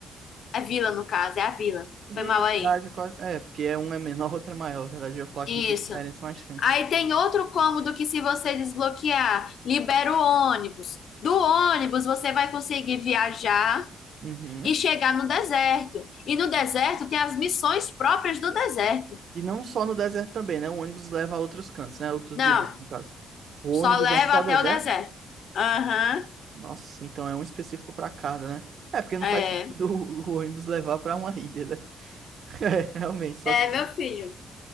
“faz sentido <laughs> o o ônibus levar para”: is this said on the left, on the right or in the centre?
Right